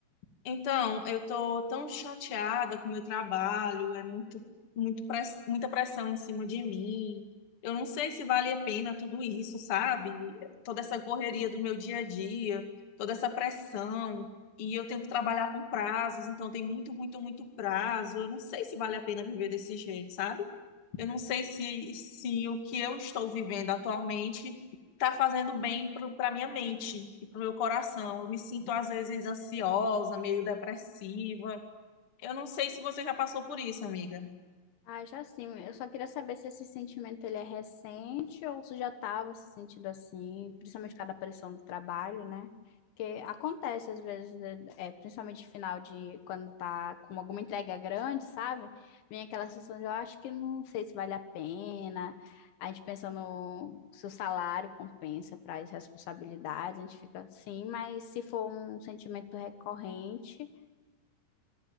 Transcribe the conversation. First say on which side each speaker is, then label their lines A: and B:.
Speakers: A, on the left; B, on the left.
A: Então, eu tô tão chateada com o meu trabalho, é muito, muito press- muita pressão em cima de mim. Eu não sei se vale a pena tudo isso, sabe? Toda essa correria do meu dia a dia, toda essa pressão, e eu tenho que trabalhar com prazos, então tem muito, muito, muito prazo. Eu não sei se vale a pena viver desse jeito, sabe? Eu não sei se, se o que eu estou vivendo atualmente está fazendo bem para minha mente e para o meu coração. Eu me sinto, às vezes, ansiosa, meio depressiva. Eu não sei se você já passou por isso, amiga.
B: Ah, já sim. Eu só queria saber se esse sentimento ele é recente ou se já estava se sentindo assim, principalmente por causa da pressão do trabalho, né? Porque acontece às vezes, né, é, principalmente final de quando tá com alguma entrega grande, sabe? Vem aquela sensação de eu acho que não sei se vale a pena. A gente pensa no se o salário compensa para as responsabilidades, a gente fica assim, mas se for um sentimento recorrente,